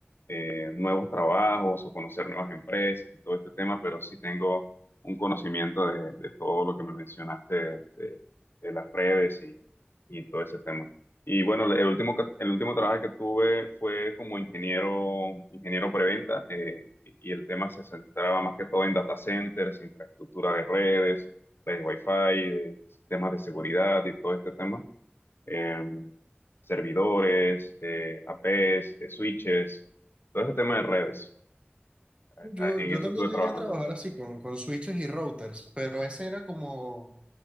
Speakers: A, on the left (about 65°); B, on the right (about 30°).
A: eh, nuevos trabajos o conocer nuevas empresas y todo este tema, pero sí tengo un conocimiento de, de todo lo que me mencionaste de, de- de las redes y, y todo ese tema. Y bueno, el último, ca- el último trabajo que tuve fue como ingeniero, ingeniero preventa, eh, y el tema se centraba más que todo en data centers, infraestructura de redes, redes Wi-Fi, de sistemas de seguridad y todo este tema em, servidores, eh, APs, eh, switches, todo ese tema de redes. Eh,
B: Yo,
A: En
B: yo
A: eso
B: también
A: estuve
B: llegué
A: trabajando.
B: a trabajar así con, con switches y routers, pero ese era como...